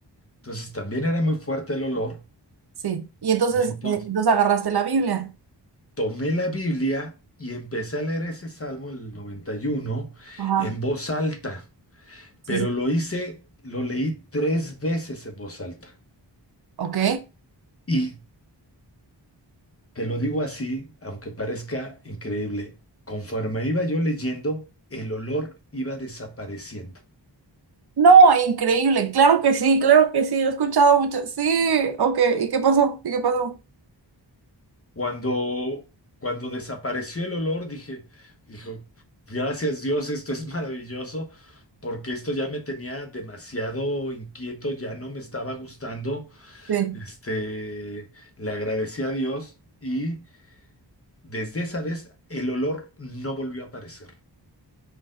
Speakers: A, on the left; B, on the right.
A: Entonces también era muy fuerte el olor.
B: sí. Y entonces,
A: Y entonces.
B: eh, entonces agarraste la Biblia.
A: tomé la Biblia y empecé a leer ese Salmo, el 91
B: Ajá.
A: en voz alta,
B: Sí,
A: pero
B: sí.
A: lo hice, lo leí tres veces en voz alta.
B: Ok.
A: Y te lo digo así, aunque parezca increíble, conforme iba yo leyendo, el olor iba desapareciendo.
B: No, increíble. Claro que sí, claro que sí. He escuchado mucho. Sí, ok. ¿Y qué pasó? ¿Y qué pasó?
A: Cuando, cuando desapareció el olor, dije, dijo, gracias Dios, esto es maravilloso, porque esto ya me tenía demasiado inquieto, ya no me estaba gustando.
B: Sí.
A: Este, le agradecí a Dios y desde esa vez el olor no volvió a aparecer.